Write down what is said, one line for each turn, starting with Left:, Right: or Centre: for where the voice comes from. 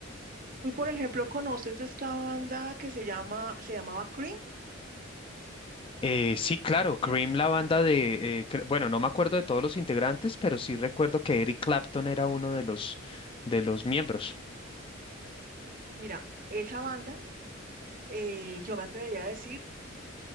Right: Tú, por ejemplo, conoces esta banda que se llama, se llamaba Cream,
Left: Eh, sí, claro, Cream,
Right: En-
Left: la banda de, eh, cre- bueno, no me acuerdo de todos los integrantes, pero sí recuerdo que Eric Clapton era uno de los, de los miembros.
Right: Mira, esa banda, eh, yo me atrevería a decir,